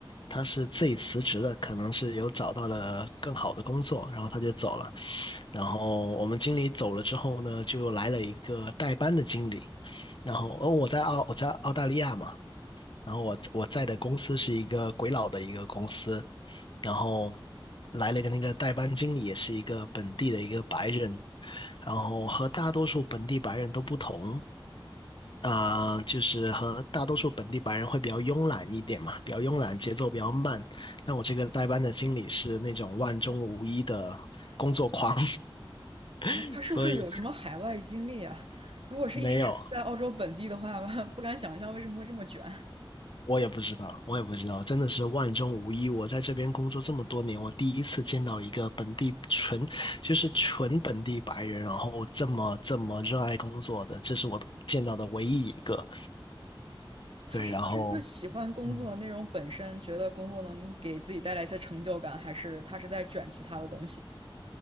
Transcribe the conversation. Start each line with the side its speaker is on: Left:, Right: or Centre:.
Left: 他是自己辞职的，可能是有找到了更好的工作，然后他就走了。然后我们经理走了之后呢，就来了一个代班的经理，然后哦，我在澳我在澳大利亚嘛，然后我我在的公司是一个鬼佬的一个公司，然后来了一个那个代班经理，也是一个本地的一个白人，然后和大多数本地白人都不同，啊、就是和大多数本地白人会比较慵懒一点嘛，比较慵懒，节奏比较慢。但我这个代班的经理是那种万中无一的工作狂，
Right: 啊，
Left: <laughs>
Right: 他是不是有什么海外经历啊？
Left: 所以
Right: 如果是一直生活在澳洲本地的话，
Left: 没有。
Right: <laughs> 不敢想象为什么会这么卷。
Left: 我也不知道，我也不知道，真的是万中无一。我在这边工作这么多年，我第一次见到一个本地纯，就是纯本地白人，然后这么这么热爱工作的，这是我见到的唯一一个。
Right: 他是真的喜欢工作内容本身，
Left: 对，然后，嗯，
Right: 觉得工作能给自己带来一些成就感，还是他是在卷其他的东西？